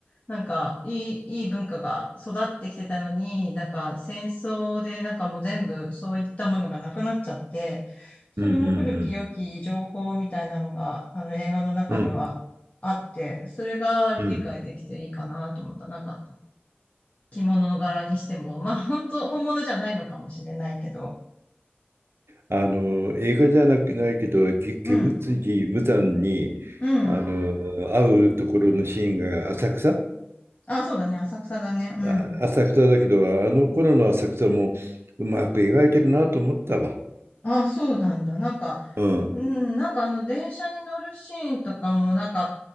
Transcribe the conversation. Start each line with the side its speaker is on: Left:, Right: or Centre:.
Left: なんかいい、いい文化が育ってきてたのに、なんか戦争でなんかもう全部そういったものがなくなっちゃって、それの古き良き情報みたいなのが、
Right: うんうん
Left: あの映画の中ではあって、
Right: うん。うん
Left: それが理解できていいかなと思った。
Right: うん。
Left: なんか着物の柄にしても、まあ本当本物じゃないのかもしれないけど、
Right: あの、映画じゃなくないけど、き鬼舞辻無惨にあの会うところのシーンが浅草
Left: うん、うん。あ、そうだね、浅草だね。うん。
Right: あ浅草だけど、あの頃の浅草もうまく描いてるなと思ったわ。
Left: あ、そうなんだ。なんか、
Right: うん。
Left: うん、なんかあの、電車に乗るシーンとかも、なんか、